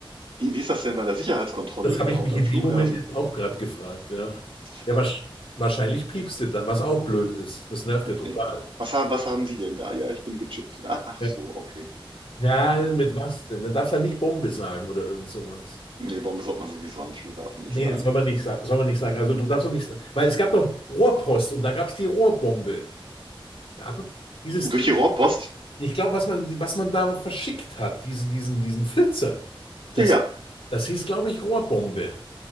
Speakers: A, on the right; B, on the left.
A: wie ist das denn bei der Sicherheitskontrolle
B: Das
A: überhaupt
B: habe ich mich
A: am
B: in
A: Flughafen?
B: dem Moment jetzt auch gerade gefragt, ja.
A: Tja,
B: Ja, wahrsch- wahrscheinlich piepst du dann, was auch blöd ist. Das nervt ja total.
A: nee. Was haben, was haben Sie denn da? Ja, ich bin gechippt. Ah, ach
B: Ja,
A: so, okay.
B: Ja, mit was denn? Dann darfst du ja nicht Bombe sagen oder irgend sowas.
A: Nee, Bombe sollte man sowieso am Flughafen nicht
B: Nee,
A: sagen.
B: das soll man nicht sagen. Soll man nicht sagen. Also du darfst doch nicht sagen. Weil es gab doch Rohrpost und da gab es die Rohrbombe. Da hat man dieses
A: Durch
B: Ding.
A: die Rohrpost?
B: Ich glaube, was man, was man da verschickt hat, diese, diesen, diesen Flitzer, das
A: Ja, ja.
B: Das hieß, glaube ich, Rohrbombe,